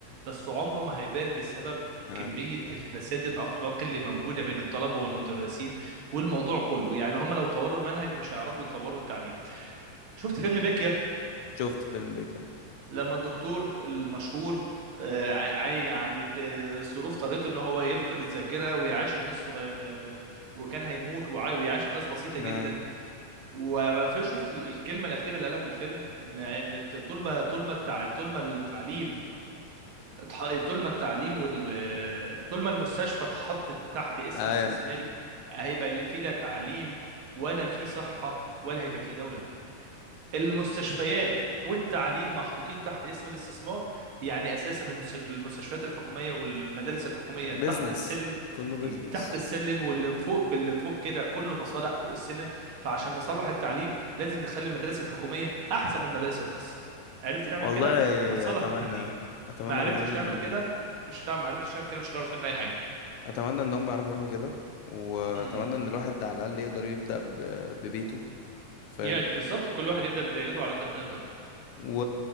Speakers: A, on the right (about 60°); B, on the left (about 70°).
A: بس عمره ما هيبان بسبب
B: آه.
A: كمية الفساد الأخلاقي اللي موجودة بين الطلبة والمدرسين والموضوع كله يعني هم لو طوروا المنهج مش هيعرفوا يطوروا التعليم شفت فيلم بيكيا
B: شفت فيلم بيك يعني
A: لما الدكتور المشهور آه، ع- ع- يعني آه، الظروف طريته ان هو يفقد الذاكره ويعاشر ناس صغير م- آه، وكان هيموت وع- ويعاشر ناس بسيطه
B: آه.
A: جدا وشفت ال- الكلمه الاخيره اللي قالها في الفيلم ان ان طول ما طول ما التع- طول ما التعليم اتح- طول ما التعليم وال آه، طول ما المستشفى اتحطت تحت اسم
B: آه.
A: استثماري هيبقى اللي فيه لا تعليم ولا فيه صحه ولا هيبقى فيه دوله المستشفيات والتعليم محطوطين تحت اسم الاستثمار يعني اساسا المستش- المستشفيات الحكوميه والمدارس الحكوميه
B: بيزنس
A: تحت السلم
B: كله بيزنس
A: تحت السلم واللي فوق اللي فوق كده كله مصالح فوق السلم فعشان نصلح التعليم لازم نخلي المدارس الحكوميه احسن من المدارس الخاصه عرفت نعمل
B: والله
A: كده هتصلح
B: اتمنى
A: التعليم
B: اتمنى
A: ما عرفتش
B: بامانه
A: تعمل
B: ان هم
A: كده مش هتعمل ما عرفتش تعمل كده مش هتعرف تعمل اي حاجه
B: اتمنى ان هم يعرفوا يعملوا كده واتمنى
A: امم
B: ان الواحد على الاقل يقدر يبدا ب... ببيته فاهم
A: يا ده بالظبط وكل واحد يبدا بدايرته على قد ما نقدر
B: و